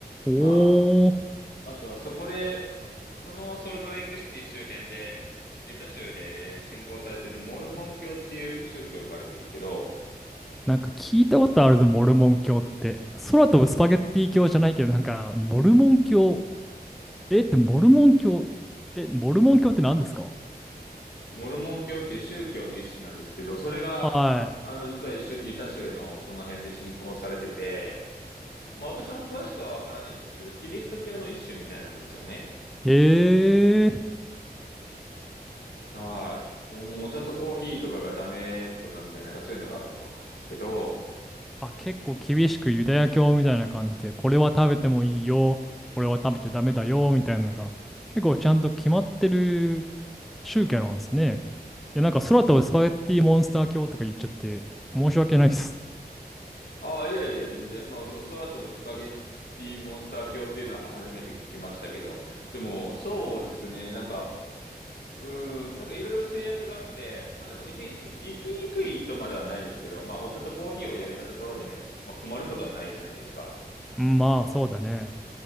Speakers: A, in the centre; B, on the left.
A: おー、
B: まあ、あとはそこで、そのソルトレイクシティ周辺で、ユタ州でえー信仰されているモルモン教っていう宗教があるんですけど、
A: なんか聞いたことあるぞ、モルモン教って。空飛ぶスパゲッティ教じゃないけど、なんか、モルモン教、えってモルモン教、え、モルモン教って何ですか
B: モルモン教っていう宗教の一種なんですけど、それが、
A: は
B: あの、実はユユタ州のその辺で信仰されてて、まあ私も詳しくはわからないんですけど、キリスト教の一種みたいなんですよね。
A: い。へー。
B: はい。もうお茶とコーヒーとかがダメとかみたいな、なんかそういうのがあったと思うんですけど、
A: あ、結構厳しくユダヤ教みたいな感じで、これは食べてもいいよ、これは食べちゃダメだよ、みたいなのが、結構ちゃんと決まってる宗教なんですね。いや、なんか空飛ぶスパゲッティモンスター教とか言っちゃって、申し訳ないです。
B: ああ、いやいや、全然。まあ、そう、空飛ぶスパゲッティモンスター教っていうのはは初めて聞きましたけど、でも、そうですね、なんか、うーん、なんかいろいろ制約があって、まあなんか別にす行きにくいとまではないですけど、まあお茶とコーヒーをやめたところで、まあ困ることはないじゃないですか。
A: うんまあ、そうだね。